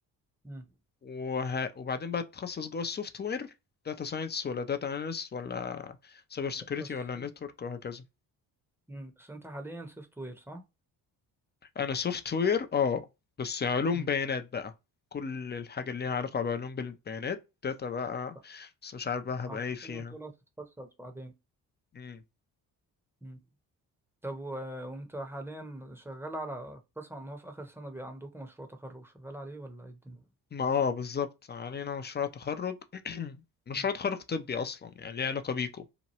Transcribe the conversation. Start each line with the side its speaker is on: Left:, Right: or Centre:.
Centre: مم.
Left: وه... وبعدين بقى تتخصص جوه السوفت وير داتا ساينس ولا داتا اناليست ولا سايبر
Centre: ب-
Left: سيكيورتي
Centre: بس
Left: ولا
Centre: انت-
Left: نتورك وهكذا
Centre: مم. بس انت حاليا سوفت وير صح؟
Left: انا سوفت وير اه بس علوم
Centre: مم.
Left: بيانات بقى كل الحاجه اللي ليها علاقه بعلوم بالبيانات داتا بقى
Centre: ف-
Left: بس مش عارف بقى هبقى
Centre: عشان
Left: ايه فيها
Centre: كده هتقول هتتخصص بعدين
Left: مم.
Centre: مم. طب و- وانت حاليا شغال على كنت اسمع ان هو في اخر سنة بيبقى عندكم مشروع تخرج شغال عليه ولا ايه الدنيا
Left: ما اه بالظبط علينا مشروع تخرج <clears throat> مشروع
Centre: مم.
Left: تخرج طبي اصلا يعني ليه علاقه بيكو